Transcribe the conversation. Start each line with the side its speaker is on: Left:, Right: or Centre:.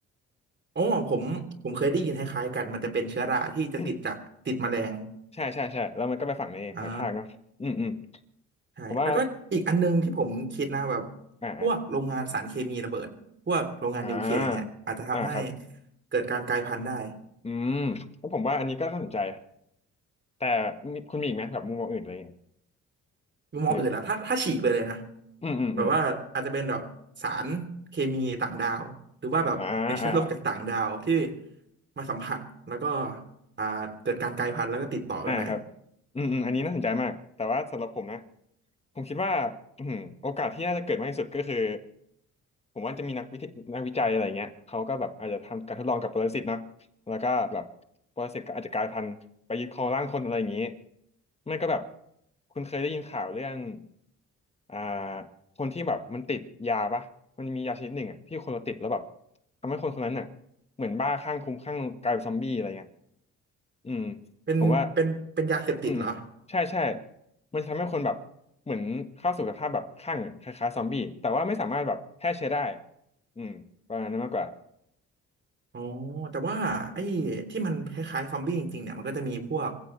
Right: อ๋อผมผมเคยได้ยินคล้ายๆกันมันจะเป็นเชื้อราที่จะติดจากติดแมลง
Left: <coughs> ใช่ใช่ใช่แล้วมันก็ไปฝังในหอยทากเนาะอืมอืม
Right: อ่า ใช่แล้วก็อีกอันนึงที่ผมคิดนะแบบ
Left: ผมว่าอ่าอ่า
Right: พวกโรงงานสารเคมีระเบิดพวกโรงงานนิวเคลียร์อย่างเงี้ยอาจจะทำให้
Left: อ่าอ่าครับ
Right: เกิดการกลายพันธุ์ได้
Left: อืมแล้วผมว่าอันนี้ก็น่าสนใจแต่มีคุณมีอีกไหมแบบมุมมองอื่นอะไรอย่างเงี้ย
Right: มุมมองอื่นแล้วถ้าถ้าฉีกไปเลยนะ
Left: หรืออืมอืมอืม
Right: แบบว่าอาจจะเป็นแบบสารเคมีต่างดาวหรือว่าแบบเป็นเชื้อโรคจากต่างดาวที่
Left: อ่าอ่า
Right: มาสัมผัสแล้วก็อ่าเกิดการกลายพันธุ์แล้วก็ติดต่อกันไป
Left: อ่าครับอืมอืมอันนี้น่าสนใจมากแต่ว่าสำหรับผมนะผมคิดว่าอืมโอกาสที่น่าจะเกิดมากที่สุดก็คือผมว่าจะมีนักวิทยนักวิจัยอะไรเงี้ยเขาก็แบบอาจจะทำการทดลองกับปรสิตเนาะแล้วก็แบบปรสิตก็อาจจะกลายพันธุ์ไปยึดครองร่างคนอะไรอย่างนี้ไม่ก็แบบคุณเคยได้ยินข่าวเรื่องอ่าคนที่แบบมันติดยาปะมันมียาชนิดหนึ่งอ่ะที่คนเราติดแล้วแบบทำให้คนคนนั้นน่ะเหมือนบ้าข้างคุ้มข้างกลายเป็นซอมบี้อะไรเงี้ยอืม
Right: เป็นเป็นเป็นยาเสพติดเหรอ
Left: ผมว่า อืมใช่ใช่มันทำให้คนแบบเหมือนเข้าสู่สภาพแบบคลั่งคล้ายๆซอมบี้แต่ว่าไม่สามารถแบบแพร่เชื้อได้อืมประมาณนั้นมากกว่า
Right: อ๋อแต่ว่าไอ้ที่มันคล้ายๆซอมบี้จริงๆเนี่ยมันก็จะมีพวก